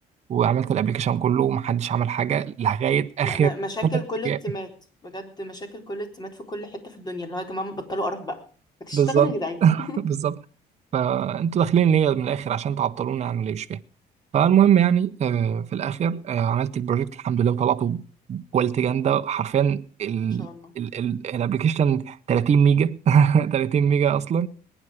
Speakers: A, on the right; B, on the left.
A: وعملت الأبليكيشن كله ومحدش عمل حاجة لغاية آخر
B: م- م- مشاكل
A: ثلاث
B: كل التيمات
A: أيام
B: بجد مشاكل كل التيمات في كل حتة في الدنيا اللي هو يا جماعة بطلوا قرف بقى هتشتغلوا
A: بالظبط
B: يا جدعان
A: <laughs>
B: ان
A: بالظبط فانتوا داخلين ليا من الاخر عشان تعطلونا عن اللي مش فاهم فالمهم يعني آه، في الاخر آه، عملت البروجكت الحمد لله وطلعته بكواليتي جامده حرفيا ال-
B: شاء الله
A: ال- ال- الابلكيشن 30 ميجا <laughs> 30 ميجا اصلا